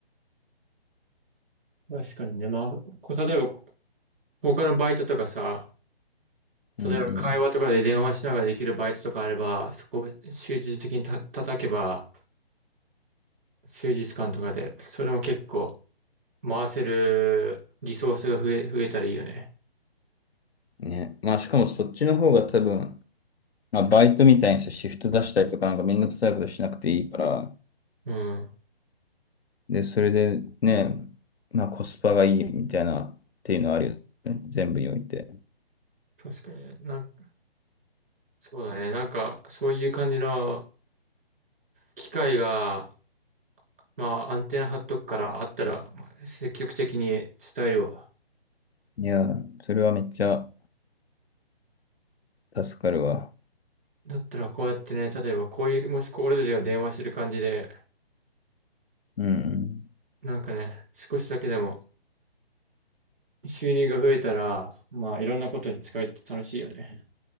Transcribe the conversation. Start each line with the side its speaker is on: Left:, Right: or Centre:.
Right: 確かにね。まあ、こう、例えば、他のバイトとかさ、
Left: うん
Right: 例えば会話とかで電話しながらできるバイトとかあれば、そこを集中的にた叩けば、数日間とかで、それも結構回せるリソースが増え、増えたらいいよね。
Left: うん。ね。まあ、しかもそっちの方が多分、まあ、バイトみたいにさ、シフト出したりとか、なんかめんどくさいことしなくていいから、
Right: うん。
Left: で、それでね、まあ、コスパがいいみたいなっていうのはあるよね。全部において。
Right: 確かに。なんか、そうだね。なんか、そういう感じの機会が、まあ、アンテナ張っとくから、あったら、まあ積極的に伝えるわ。
Left: いや、それはめっちゃ助かるわ。
Right: だったら、こうやってね、例えば、こういう、もしこう俺たちが電話してる感じで、
Left: うんうん。
Right: なんかね、少しだけでも、収入が増えたら、まあいろんなことに使えて楽しいよね。